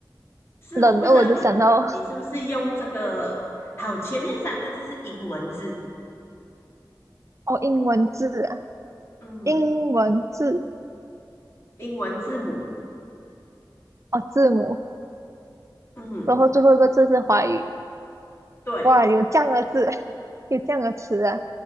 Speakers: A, on the left; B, on the right.
A: 是我不知道你你是不是用这个？
B: 冷的我就想到
A: 好，前面三个字是英文字，
B: 哦，英文字啊，
A: 嗯，
B: 英文字
A: 英文字母，
B: 哦，字母，
A: 嗯，
B: 然后最后一个字是华语。
A: 对，
B: 哇，有这样的字，<laughs> 有这样的词啊！